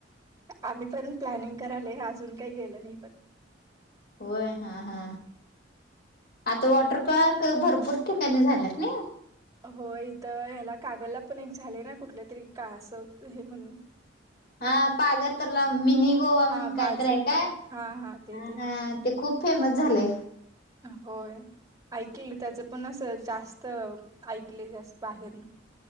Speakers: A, on the right; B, on the left.
A: आम्ही पण प्लॅनिंग करालय अजून काही गेल नाही पण.
B: होय हा हा. आता वॉटर पार्क भरपूर ठिकाणी झालात ना.
A: हो इथं ह्याला कागलला पण एक झाले ना कुठले तरी का असं हे म्हणून.
B: हा पाजार तरला मिनी गोवा म्हणून
A: हा पाझर
B: काय तर हाय झालय
A: हा हा ते
B: का ह
A: ते.
B: हा ते खूप फेमस झालय.
A: होय ऐकल त्याच पण अस जास्त. त ऐकले जास्त बाहेरन.